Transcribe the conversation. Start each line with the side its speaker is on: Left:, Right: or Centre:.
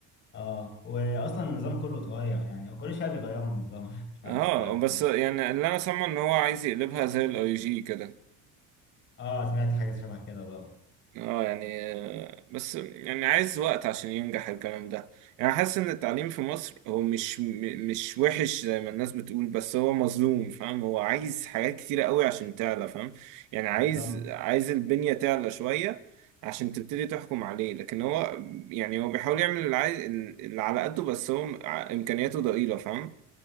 Left: اه واصلا النظام كله اتغير يعني هو كل شويه بيغيروا النظام <laughs> ما تفهمش
Right: اه
Left: بقى
Right: بس
Left: فيه.
Right: يعني اللي انا سامعه ان هو عايز يقلبها زي الاي جي كده
Left: اه سمعت حاجه شبه كده برضه
Right: اه يعني آه، بس يعني عايز وقت عشان ينجح الكلام ده يعني حاسس ان التعليم في مصر هو مش م- مش وحش زي ما الناس بتقول بس هو مظلوم فاهم هو عايز حاجات كتيرة قوي عشان تعلى فاهم يعني عايز
Left: بالظبط
Right: عايز البنية تعلى شوية عشان تبتدي تحكم عليه لكن هو يعني هو بيحاول يعمل اللي عايز اللي على قده بس هو م- ع- امكانياته ضئيلة فاهم